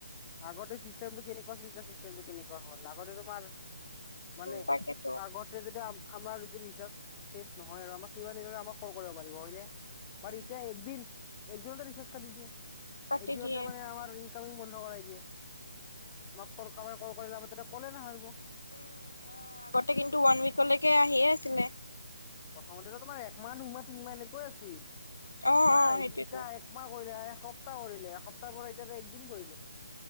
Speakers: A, on the left; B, on the left.
A: <unintelligible> আগতে ষ্টিটেম কেনেকুৱা ষ্টেটম টো কেনেকুৱা হ'ল। আগতে তোমাৰ মানে
B: তাকে।
A: আগতে যেতিয়া আমাৰ ৰিচাৰ্জ শেষ নহয় আৰু আমাৰ কেইবা দিনো আমাক ক্ল' কৰিব পাৰিব হয় নে। <unintelligible> পাৰি
B: উম
A: এতিয়া একদিন একদিনতে ৰিচাৰ্জ কাটি দিয়ে
B: কাটি
A: একদিনতে
B: দিয়ে
A: মানে আমাৰ- ইনকামিং বন্ধ কৰাই দিয়ে। আমাক ক্ল' কৰা সকলে ক'লে নহা হ'ব।
B: উম' আগতে কিন্তু ওৱান উইকলৈকে আহিয়ে আছিলে।
A: প্ৰথমতো তোমাৰ এক মা দুমাহ মান আছে। অঁহ
B: অ অ সেইটোয়েতো
A: এতিয়া একমাহ কৰিলে এসপ্তাহ কৰিলে এসপ্তাহ পৰা এতিয়া একদিন কৰিলে।